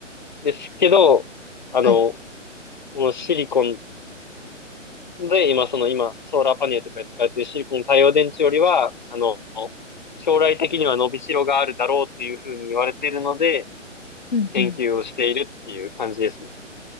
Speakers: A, on the left; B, on the left.
A: ですけど、あの、
B: はい。
A: このシリコンで、今、その今、ソーラーパネルとかに使われているシリコン太陽電池よりは、あの、将来的には伸びしろがあるだろうというふうに言われているので、
B: うんうん。
A: 研究をしているっていう感じですね。